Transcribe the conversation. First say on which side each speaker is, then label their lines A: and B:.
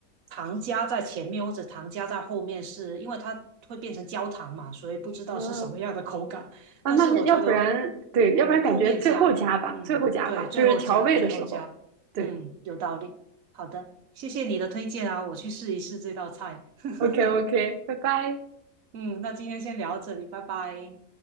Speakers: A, on the right; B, on the right.
A: 糖加在前面或者糖加在后面是，因为它会变成焦糖嘛，所以不知道是什么样的口感。
B: 啊啊，
A: 但是我觉得，
B: 那要不然对，
A: 嗯，
B: 要不然感觉最后加吧，
A: 后面加，嗯，
B: 最后加吧，
A: 对，最后加，
B: 就是调味的时候。
A: 最后加，
B: 对
A: 嗯，有道理。好的，谢谢你的推荐啊，我去试一试这道菜。<laughs>
B: ，OK OK，拜拜。
A: 嗯，那今天先聊到这里，拜拜。